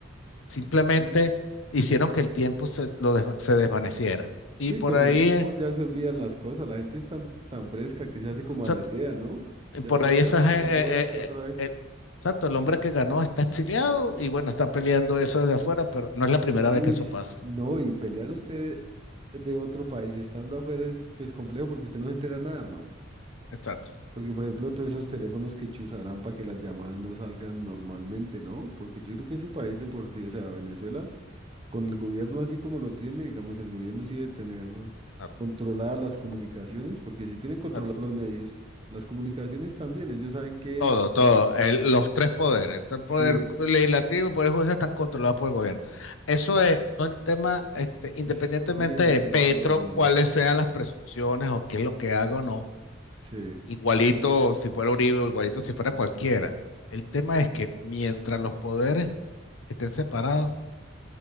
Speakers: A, on the left (about 75°); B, on the right (about 25°).
A: simplemente
B: Sí, s-
A: hicieron que el tiempo se, lo desva- se desvaneciera.
B: sí,
A: Y por
B: con
A: ahí
B: el tiempo
A: eh,
B: ya se olvidan las cosas. La gente es tan, tan fresca que se hace como a
A: se,
B: la idea, ¿no? Ya
A: Por
B: no dice,
A: ahí
B: no,
A: esas,
B: pues
A: eh,
B: tocó
A: eh,
B: este otra
A: eh,
B: vez.
A: el, exacto, el hombre que ganó está exiliado y bueno, está peleando eso desde afuera, pero no es la primera
B: Uy,
A: vez que eso
B: s-
A: pasa.
B: no, y pelear usted de otro país estando afuera es pues complejo porque usted no se entera nada, hermano.
A: Exacto,
B: Porque, por ejemplo, todos esos teléfonos que chuzarán para que las llamadas no salgan normalmente, ¿no? Porque yo creo que ese país de por sí, o sea, Venezuela, con el gobierno así como lo tiene, digamos, el gobierno sí debe tener
A: exacto,
B: controladas las comunicaciones, porque sí tienen controlados
A: exacto.
B: los medios, las comunicaciones también, ellos saben qué
A: Todo,
B: entra y
A: todo.
B: qué sale.
A: el- los tres poderes, el poder
B: Sí,
A: legislativo y el poder judicial están controlados por el gobierno. Eso es, no el tema, este, independientemente
B: es bien
A: de
B: delicado,
A: Petro,
B: man.
A: cuáles sean las presunciones o qué es lo que haga o no.
B: Sí,
A: Igualito si fuera Uribe o igualito si fuera cualquiera. El tema es que mientras los poderes estén separados,